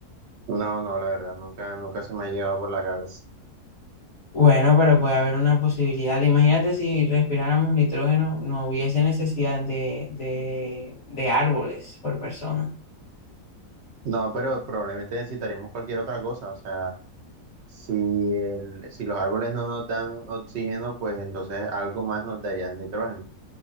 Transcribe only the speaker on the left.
Bueno, pero puede haber una posibilidad. Imagínate si respiráramos nitrógeno, no hubiese necesidad de, de, de árboles por persona.